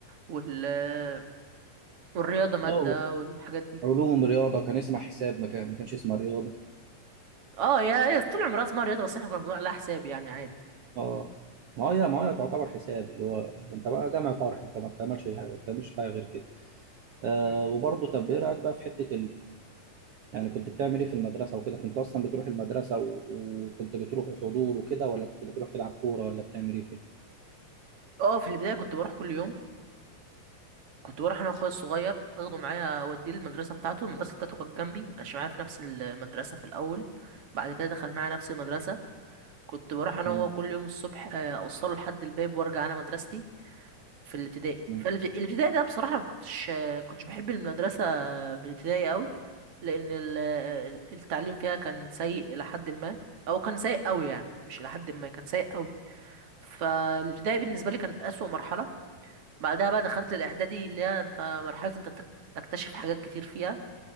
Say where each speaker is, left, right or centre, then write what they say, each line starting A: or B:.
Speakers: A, on the right (about 45°); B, on the right (about 70°).
A: وال آه، والرياضه ماده
B: اه
A: والحاجات دي
B: علوم رياضه كان اسمها حساب ما كان ما كانش اسمها رياضه
A: اه يا يا طول عمرها اسمها رياضه بس احنا كنا بنقول عليها حساب يعني عادي
B: اه ما هي ما هي تعتبر حساب اللي هو انت بقى جامع طارح انت ما بتعملش ما بتعملش حاجه غير كده آه
A: م.
B: وبرضه طب ايه رايك بقى في حته يعني كنت بتعمل ايه في المدرسة وكده كنت اصلا بتروح المدرسة و... وكنت بتروح حضور وكده ولا كنت بتروح تلعب كورة ولا بتعمل ايه فيها
A: اه في البدايه كنت بروح كل يوم كنت بروح انا واخويا الصغير اخده معايا اوديه المدرسه بتاعته المدرسه بتاعته كانت جنبي ما كانش معايا في نفس المدرسه في الاول بعد كده دخل معايا نفس المدرسه كنت بروح انا
B: مم.
A: وهو كل يوم الصبح آه، اوصله لحد الباب وارجع انا مدرستي في الابتدائي
B: مم.
A: فالابتدائي ده بصراحه ما كنتش آه، كنتش بحب المدرسه في الابتدائي قوي لان ال- آه، التعليم فيها كان سيء الى حد ما او كان سيء قوي يعني مش الى حد ما كان سيء قوي فالابتدائي بالنسبه لي كانت اسوأ مرحله بعدها بقى دخلت الاعدادي اللي هي انت مرحله انت تك- تكتشف حاجات كتير فيها